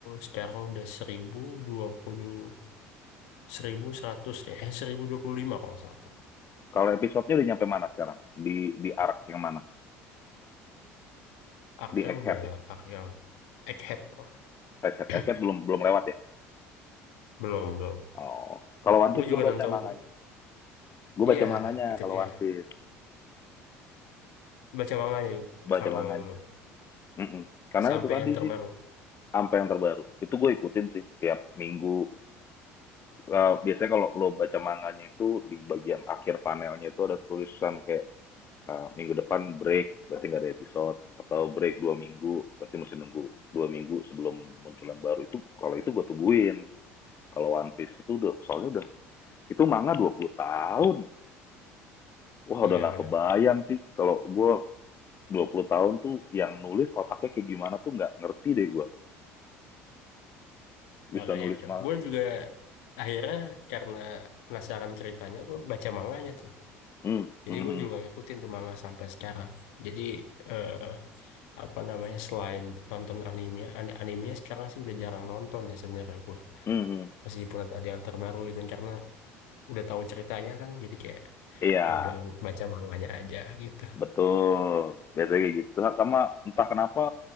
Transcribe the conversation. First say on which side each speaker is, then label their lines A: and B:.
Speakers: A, on the left; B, on the left.
A: sekarang udah seribu dua puluh seribu seratus ya. Eh, 1025 kalau nggak salah tuh.
B: Kalau episodenya udah nyampe mana sekarang? Di di arc yang mana?
A: Arc-nya
B: Di Egghead
A: udah
B: ya?
A: arc yang Egghead. tuh.
B: Egghead,
A: <clears throat>
B: Egghead belum belum lewat ya?
A: Belum, belum.
B: Oh, kalau One
A: Gue
B: Piece
A: juga
B: gua
A: nonton,
B: baca manganya. Gua
A: Iya,
B: baca manganya
A: itu
B: kalau
A: dia.
B: One Piece,
A: Baca manganya yuk,
B: baca
A: kalau
B: manganya.
A: lu
B: Mm-mm. Karena
A: sampai
B: itu tadi
A: yang terbaru.
B: sih Sampai yang terbaru. Itu gue ikutin sih tiap minggu. Eh, biasanya kalau lo baca manganya itu di bagian akhir panelnya itu ada tulisan kayak eh, minggu depan break berarti nggak ada episode atau break dua minggu berarti mesti nunggu dua minggu sebelum munculan baru itu kalau itu gue tungguin kalau One Piece itu udah soalnya udah itu manga dua puluh tahun wah
A: Iya
B: udah nggak
A: benar.
B: kebayang sih kalau gue 20 tahun tuh yang nulis otaknya kayak gimana tuh nggak ngerti deh gue bisa
A: Makanya
B: nulis
A: itu.
B: manga
A: Gue juga akhirnya karena penasaran ceritanya, gue baca manganya tuh.
B: hmm,
A: Jadi
B: hmm,
A: gue
B: hmm,
A: juga ngikutin tuh manga sampai sekarang. Jadi eh, apa namanya selain nonton anime, an- animenya sekarang sih udah jarang nonton ya sebenarnya gue.
B: hmm, hmm.
A: Meskipun ada ada yang terbaru gitu karena udah tahu ceritanya kan, jadi kayak
B: Iya,
A: ya udah baca manganya aja gitu.
B: betul. Biasanya kayak gitu. Nah, Sama entah kenapa